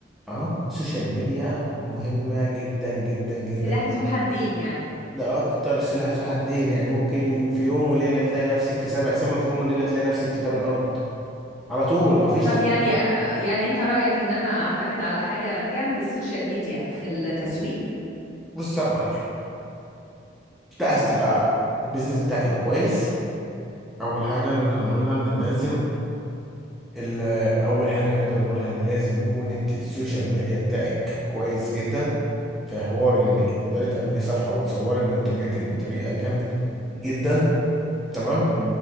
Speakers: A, in the centre; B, on the left.
A: اه السوشيال ميديا مهمه جدا جدا جدا
B: سلاح ذو حدين يعني
A: ده اكتر سلاح ذو حدين يعني ممكن في يوم وليله تلاقي نفسك في سبع سما في يوم وليله تلاقي نفسك في تمن ارض على طول مفيش
B: طب
A: تفكير
B: يعني يعني انت رأيك ان انا اعتمد على حاجة جنب السوشيال ميديا في التسويق
A: بص يا معلم انت عايز
B: امم
A: تبقى البيزنس بتاعك يبقى كويس اول حاجه نقدر نقولها ان لازم ال- اول حاجه نقدر نقولها ان لازم يكون انت السوشيال ميديا بتاعك كويس جدا في حوار
B: امم
A: انك تقدري تعملي صفحه وتصوري منتجاتك بطريقه جامده جدا تمام
B: امم